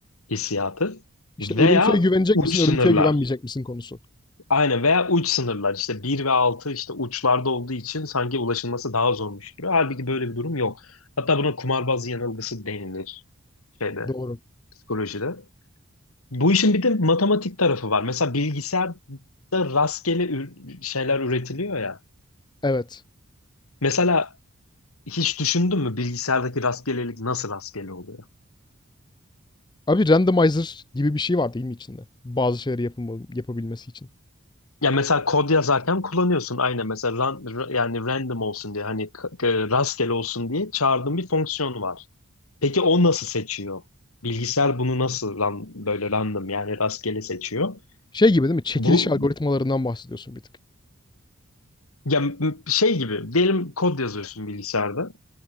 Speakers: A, on the left; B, on the left.
A: hissiyatı.
B: İşte
A: Veya
B: örüntüye güvenecek
A: uç
B: misin,
A: sınırlar.
B: örüntüye güvenmeyecek misin konusu.
A: Aynen veya uç sınırlar işte bir ve 6 işte uçlarda olduğu için sanki ulaşılması daha zormuş gibi. Halbuki böyle bir durum yok. Hatta buna kumarbaz yanılgısı denilir şeyde
B: Doğru.
A: psikolojide. Bu işin bir de matematik tarafı var. Mesela bilgisayarda rastgele ür- şeyler üretiliyor ya.
B: Evet.
A: Mesela hiç düşündün mü bilgisayardaki rastgelelik nasıl rastgele oluyor?
B: Abi randomizer gibi bir şey var değil mi içinde? Bazı şeyleri yapım yapabilmesi için.
A: Ya mesela kod yazarken kullanıyorsun aynen mesela ran- ra- yani random olsun diye hani k- k- rastgele olsun diye çağırdığın bir fonksiyon var. Peki o nasıl seçiyor? Bilgisayar bunu nasıl ran- böyle random yani rastgele seçiyor?
B: Şey gibi değil mi? Çekiliş
A: Bu
B: algoritmalarından bahsediyorsun bir tık.
A: ya m- şey gibi diyelim kod yazıyorsun bilgisayarda